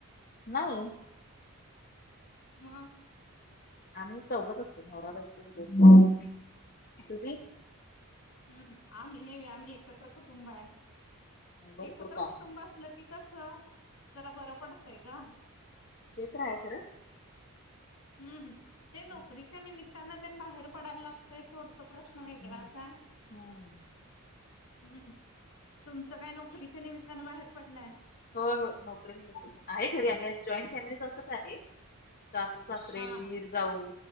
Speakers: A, on the left; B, on the left.
A: नाही
B: मग
A: आम्ही चौघच असतो नवराबायको दोघंच तुम्ही
B: ह आम्ही नेह आम्ही एकत्र कुटुंब आहे
A: भरपूर
B: एकत्र
A: काम
B: कुटुंब असलं की कस जरा बरं पडतय ग
A: ते तर आहे खर
B: हम्म ते नोकरीच्या निमित्तानं त्यां बाहेर पडायला लागतंय सोडतो प्रश्न वेगळाच
A: हम्म
B: आहे
A: हम्म
B: हम्म तुमचं काय नोकरीच्या निमित्तानं बाहेर पडलंय
A: हो हो नोकरी नाही मिळत आहे घरी आम्ही जॉईंट फॅमिली सारखंच आहे सासू सासरे
B: हा
A: दीर जाऊ